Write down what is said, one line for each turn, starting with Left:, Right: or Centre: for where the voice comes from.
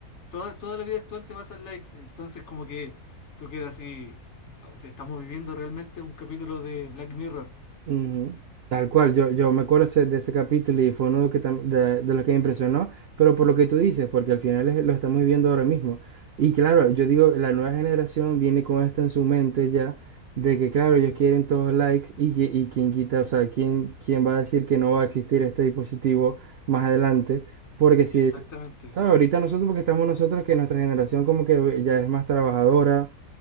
Left: toda, toda la vida actual se basa en likes. Entonces, como que tú quedas así. "Wow, Estamos viviendo realmente un capítulo de Black Mirror.
Right: Ujú, Tal cual, yo, yo me acuerdo ese- de ese capítulo y fue uno que tam- de, de los que me impresionó, pero por lo que tú dices, porque al final es- lo estamos viviendo ahora mismo. Y claro, yo digo, la nueva generación viene con esto en su mente ya, de que claro, ellos quieren todos likes y, que- y quién quita, o sea, quién, quién va a decir que no va a existir este dispositivo más adelante, porque si,
Left: Exactamente.
Right: ¿sabes? Ahorita nosotros, porque estamos nosotros, que nuestra generación como que ya es más trabajadora